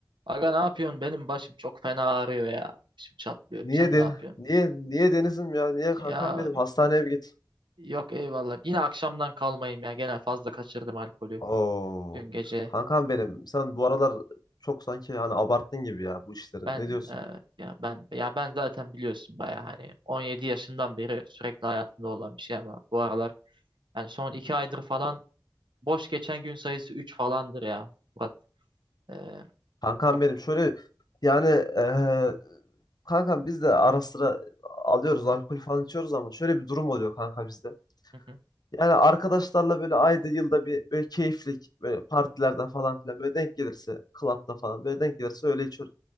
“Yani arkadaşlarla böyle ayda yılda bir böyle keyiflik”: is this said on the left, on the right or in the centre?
Left